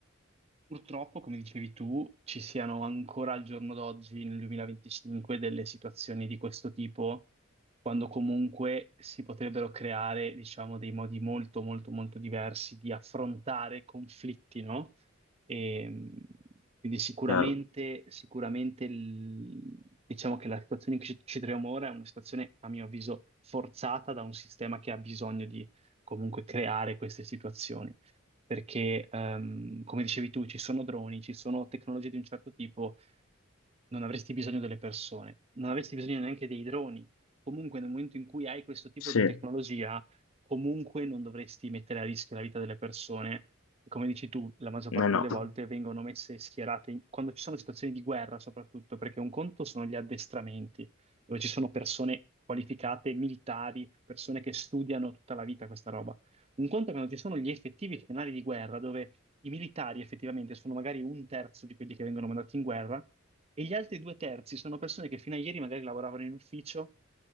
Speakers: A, on the right; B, on the left.
A: Purtroppo, come dicevi tu, ci siano ancora al giorno d'oggi, nel 2025, delle situazioni di questo tipo, quando comunque si potrebbero creare, diciamo, dei modi molto, molto, molto diversi di affrontare conflitti, no? E, mh, quindi sicuramente,
B: Chiaro?
A: sicuramente il- diciamo che la situazione in cui ci, ci troviamo ora è una situazione, a mio avviso, forzata da un sistema che ha bisogno di comunque creare queste situazioni perché, ehm, come dicevi tu, ci sono droni, ci sono tecnologie di un certo tipo, non avresti bisogno delle persone, non avresti bisogno neanche dei droni. Comunque, nel momento in cui hai questo tipo
B: Sì,
A: di
B: eh
A: tecnologia, comunque non dovresti mettere a rischio la vita delle persone. Come dici tu, la maggior parte
B: no.
A: delle volte vengono messe schierate in- quando ci sono situazioni di guerra, soprattutto, perché un conto sono gli addestramenti, dove ci sono persone qualificate, militari, persone che studiano tutta la vita questa roba. Un conto è quando ci sono gli effettivi scenari di guerra, dove i militari effettivamente sono magari un terzo di quelli che vengono mandati in guerra, e gli altri due terzi sono persone che fino a ieri magari lavoravano in ufficio,